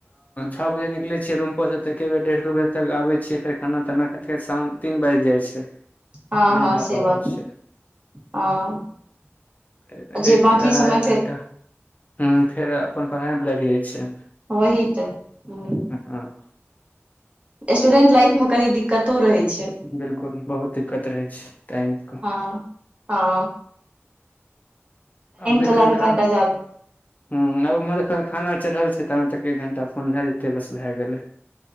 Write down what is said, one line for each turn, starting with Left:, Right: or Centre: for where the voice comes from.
Left: छह बजे निकलै छियै रूम परसँ तऽ एके बेर डेढ़ दू बजे तक आबै छियै फेर खाना ताना खाइत खाइत फेर शाम तीन बाइज जाइ छै
Right: हँ
Left: नहि
Right: हँ
Left: भए
Right: से
Left: पाबै
Right: बात
Left: छै
Right: हँ
Left: ए-ए
Right: जे बाकी
Left: अढ़ाय
Right: समय फेर
Left: घंटा हुं फेर अपन पढ़ाय मे लाग जाय छै।
Right: वही तऽ हुं।
Left: हां।
Right: स्टूडेंट लाइफ मे कनी दिक्कतो रहै छै।
Left: बिल्कुल बहुत दिक्कत रहै छै टाइम के।
Right: हां, हां।
Left: आब एखन
Right: के लऽ कऽ
Left: खा
Right: कनिटा
Left: हुं
Right: जाद
Left: आब उम्हर एखन खाना चढ़ल छै, तहन तक एक घंटा फोन भाए जेतै, बस भाए गेलै।